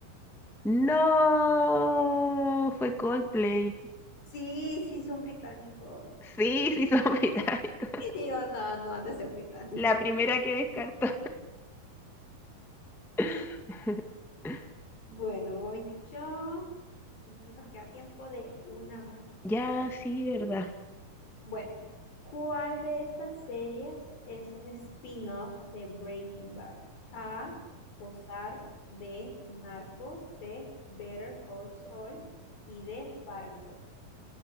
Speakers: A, in the centre; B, on the left.
A: No, fue Coldplay.
B: Sí, sí, son británicos. <laughs>
A: Sí, sí, son <laughs> británicos.
B: Y yo, no, no han de ser británicos.
A: La primera que descartó. <laughs>
B: Bueno, voy yo. Y nos queda tiempo de una más porque
A: Ya,
B: ya me voy a-
A: sí,
B: ¿sí?
A: ¿verdad?
B: Bueno, ¿cuál de estas series es un spin-off de Breaking Bad? A. Ozark. B. Narcos. C. Better Call Saul. Y D. Fargo.